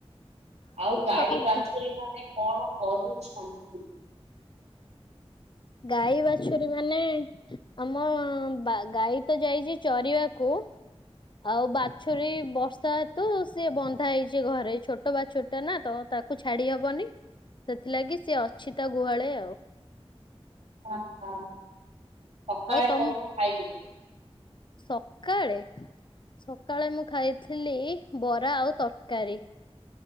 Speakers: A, on the right; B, on the left.
A: ଆଉ ଗାଈ
B: ତମ
A: ବାଛୁରୀ
B: ଘ
A: ମାନେ କଣ କରୁଛନ୍ତି?
B: ଗାଈ ବାଛୁରୀ ମାନେ ଆମ ବା ଗାଈ ତ ଯାଇଚି ଚରିବାକୁ। ଆଉ ବାଛୁରୀ ବର୍ଷା ହେତୁ ସେ ବନ୍ଧା ହେଇଚି ଘରେ ଛୋଟ ବାଛୁରୀଟା ନା ତ ତା କୁ ଛାଡି ହବନି ସେଥିଲାଗି ସିଏ ଅଛି ତା ଗୁହାଳ ଆଉ।
A: ହା ହା ସକାଳେ
B: ଆଉ ତମ
A: କଣ ଖାଇଥିଲେ?
B: ସକାଳେ ସକାଳେ ମୁଁ ଖାଇଥିଲି ବରା ଆଉ ତରକାରୀ।